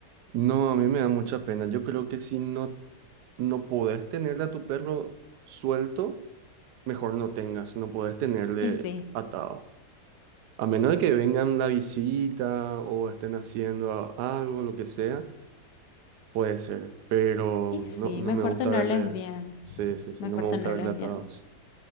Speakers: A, on the right; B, on the left.
A: No, a mí me da mucha pena. Yo creo que si no, no podés tenerle a tu perro suelto, mejor no tengas, no podés tenerle
B: Y sí,
A: atado. A menos de que vengan la visita o estén haciendo a- algo, lo que sea, puede ser, pero
B: y sí,
A: no, no
B: mejor
A: me gusta
B: tenerles
A: verle,
B: bien,
A: sí, sí, sí,
B: mejor
A: no me
B: tenerles
A: gusta verle atados.
B: bien,